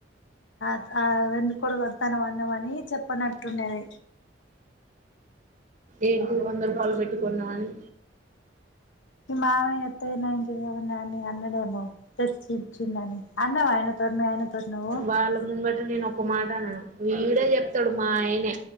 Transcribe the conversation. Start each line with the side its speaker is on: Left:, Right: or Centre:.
Left: ఆ ఆ ఎందు కోడ్ వడ్ తానా వన్న అన్నవని చెప్పనట్టుండది
Right: ఏంటి వంద రూపాల్ పెట్టికొన్నా అని
Left: మీ మామయ్య, అత్తయ్య నీ <unintelligible> అన్నడేమో చర్చించిందని. అన్నవా ఆయన తోడ్ ను ఆయన తోట్ నువ్వు
Right: వాళ్ళ ముంగట నేను ఒక మాట నా వీడే చెప్తడు, మా ఆయనే